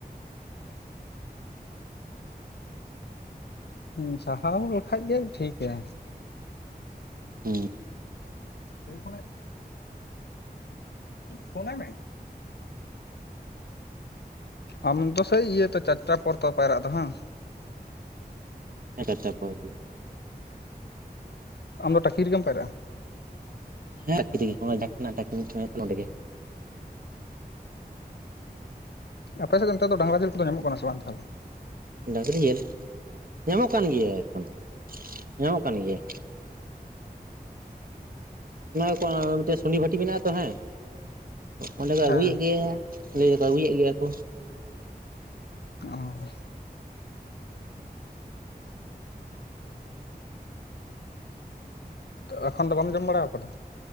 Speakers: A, on the left (about 90°); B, on the right (about 60°).
A: ᱦᱮᱸ ᱥᱟᱦᱟᱣ ᱞᱮᱠᱷᱟᱡ ᱜᱮ ᱴᱷᱤᱠᱟ
B: ᱦᱩᱸ
A: <inaudible> ᱯᱷᱳᱱᱟᱭ ᱢᱮ ᱟᱢ ᱫᱚ ᱥᱟᱹᱭ ᱤᱭᱟᱹᱛᱚ ᱪᱟᱨᱴᱟᱜ ᱯᱚᱨ ᱛᱚ ᱯᱟᱭᱨᱟᱜ ᱫᱚ ᱦᱟᱝ
B: ᱦᱮᱸ ᱪᱟᱨᱴᱟᱨ ᱯᱚᱨ ᱜᱮ
A: ᱟᱢᱫᱚ ᱴᱟᱹᱠᱤ ᱨᱮᱜᱮᱢ ᱯᱟᱭᱨᱟᱜ-ᱟ
B: ᱦᱮᱸ ᱴᱟᱹᱠᱤᱨᱮᱜᱮ ᱦᱚᱸᱦᱚᱭ ᱡᱟᱦᱟ ᱨᱮᱱᱟᱜ ᱴᱟᱹᱠᱤᱨᱮᱜᱮ ᱢᱮᱱᱟ ᱛᱟᱞᱮ ᱚᱸᱰᱮ ᱜᱮ
A: ᱟᱯᱮ ᱥᱮᱫ ᱫᱚ ᱱᱮᱛᱟᱨ ᱫᱚ ᱰᱟᱝᱨᱟ ᱡᱤᱞ ᱠᱚᱫᱚ ᱧᱟᱢᱚᱜ ᱠᱟᱱᱟ ᱥᱮ ᱵᱟᱝ ᱛᱟᱦᱚᱞᱮ?
B: ᱰᱟᱺᱜᱨᱤ ᱡᱤᱞ ᱧᱟᱢᱚᱜ ᱠᱟᱱ ᱜᱮᱭᱟ ᱮᱠᱷᱚᱱ ᱧᱟᱢᱚᱜ ᱠᱟᱱ ᱜᱮᱭᱟ ᱱᱚᱜᱼᱚᱭ ᱛᱚ ᱢᱤᱫᱴᱮᱱ ᱥᱩᱱᱤ ᱵᱷᱟᱹᱴᱤ ᱢᱮᱱᱟᱜ-ᱟ ᱛᱚ ᱦᱮᱸ ᱚᱸᱰᱮ ᱠᱚ
A: ᱦᱮᱸ
B: ᱟᱹᱜᱩᱭᱮᱫ ᱜᱮᱭᱟ ᱦᱟᱸᱜ ᱞᱟᱹᱭ ᱫᱟᱠᱚ ᱟᱹᱜᱩᱭᱮᱫ ᱜᱮᱭᱟ ᱠᱚ
A: ᱚ ᱮᱠᱷᱚᱱ ᱫᱚ ᱵᱟᱢ ᱡᱚᱢ ᱵᱟᱲᱟᱣ ᱠᱟᱫᱟ